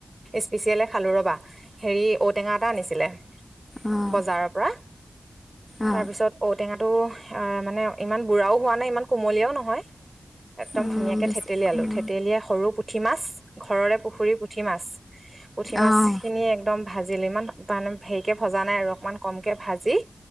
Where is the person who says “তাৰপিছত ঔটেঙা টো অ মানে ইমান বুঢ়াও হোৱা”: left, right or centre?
Right